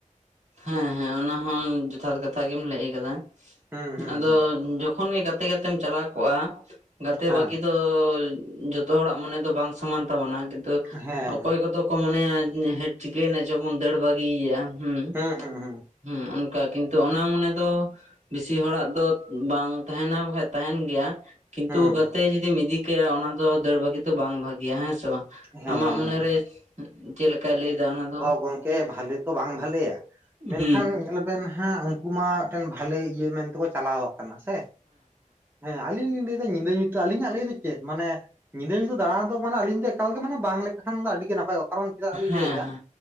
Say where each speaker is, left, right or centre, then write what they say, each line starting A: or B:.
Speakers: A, on the right; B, on the right.
A: ᱦᱮᱸ ᱦᱮᱸ ᱚᱱᱟ ᱦᱚᱸ ᱡᱚᱛᱷᱟᱛ ᱠᱟᱛᱷᱟ ᱜᱮᱢ ᱞᱟᱹᱭ ᱠᱟᱫᱟ᱾
B: ᱦᱩᱸ ᱦᱩᱸ᱾
A: ᱟᱫᱚ
B: ᱦᱩᱸ
A: ᱡᱚᱠᱷᱚᱱ ᱜᱮ ᱜᱟᱛᱮ ᱜᱟᱛᱮᱢ ᱪᱟᱞᱟᱣ ᱠᱚᱜᱼᱟ ᱜᱟᱛᱮ
B: ᱦᱮᱸ
A: ᱵᱟᱜᱤ ᱫᱚ ᱡᱚᱛᱚ ᱦᱚᱲᱟᱜ ᱢᱚᱱᱮ ᱫᱚ ᱵᱟᱝ ᱥᱚᱢᱟᱱ ᱛᱟᱵᱚᱱᱟ ᱠᱤᱱᱛᱩ
B: ᱦᱮᱸ
A: ᱚᱠᱚᱭ ᱠᱚ ᱛᱚ ᱠᱚ ᱢᱚᱱᱮᱭᱟ ᱦᱟᱹᱴ ᱪᱤᱠᱟᱹᱭᱮᱱᱟ ᱪᱚ ᱵᱚᱱ ᱫᱟᱹᱲ ᱵᱟᱹᱜᱤᱭ-ᱟ ᱦᱩᱸ᱾
B: ᱦᱩᱸ ᱦᱩᱸ᱾
A: ᱦᱩᱸ ᱚᱱᱠᱟ ᱠᱤᱱᱛᱩ ᱚᱱᱟ ᱢᱚᱱᱮ ᱫᱚ ᱵᱤᱥᱤ ᱦᱚᱲᱟᱜ ᱫᱚ ᱵᱟᱝ ᱛᱟᱦᱮᱱᱟ ᱵᱟᱠᱷᱟᱡ ᱛᱟᱦᱮᱱ ᱜᱮᱭᱟ ᱠᱤᱱᱛᱩ
B: ᱦᱩᱸ
A: ᱜᱟᱛᱮ ᱡᱩᱫᱤᱢ ᱤᱫᱤ ᱠᱟᱭᱟ ᱚᱱᱟ ᱫᱚ ᱫᱟᱹᱲ ᱵᱟᱹᱜᱤ ᱫᱚ ᱵᱟᱝ ᱵᱷᱟᱜ ᱜᱮᱭᱟ ᱦᱮᱸ ᱥᱮ ᱵᱟᱝ
B: ᱦᱮᱸ
A: ᱟᱢᱟᱜ ᱢᱚᱱᱮᱨᱮ ᱪᱮᱜ ᱞᱮᱠᱟᱭ ᱞᱟᱹᱭ ᱫᱟ ᱚᱱᱟ ᱫᱚ?
B: ᱜᱚᱢᱠᱮ ᱵᱷᱟᱞᱮ ᱛᱚ ᱵᱟᱝ ᱵᱷᱟᱞᱮᱭᱟ ᱢᱮᱱᱠᱷᱟᱱ
A: ᱦᱩᱸ
B: ᱧᱮᱞ ᱵᱮᱱ ᱦᱟᱸᱜ ᱩᱱᱠᱩ ᱢᱟ ᱢᱮᱫᱴᱮᱱ ᱵᱷᱟᱞᱮ ᱤᱭᱟᱹ ᱢᱮᱱᱛᱮ ᱠᱚ ᱪᱟᱞᱟᱣ ᱠᱟᱱᱟ ᱥᱮ? ᱦᱮᱸ ᱟᱞᱤᱧ ᱞᱤᱧ ᱞᱟᱹᱭ ᱫᱟ ᱧᱤᱫᱟᱹ ᱧᱩᱛᱟᱹ ᱟᱞᱤᱧᱟᱜ ᱞᱟᱹᱭ ᱫᱚ ᱪᱮᱫ ᱢᱟᱱᱮ ᱧᱤᱫᱟᱹ ᱧᱩᱛᱟᱹ ᱫᱟᱬᱟᱱ ᱫᱚ ᱵᱟᱱᱮ ᱟᱹᱞᱤᱧ ᱫᱚ ᱮᱠᱟᱞ ᱜᱮ ᱢᱟᱱᱮ ᱵᱟᱝ ᱞᱮᱠᱷᱟᱱ ᱫᱚ ᱟᱹᱰᱤ ᱜᱮ ᱱᱟᱯᱟᱭᱚᱜᱼᱟ ᱠᱟᱨᱚᱱ ᱪᱮᱫᱟᱜ ᱞᱤᱧ
A: ᱦᱮᱸ
B: ᱞᱟᱹᱭ ᱫᱟ,
A: ᱦᱮᱸ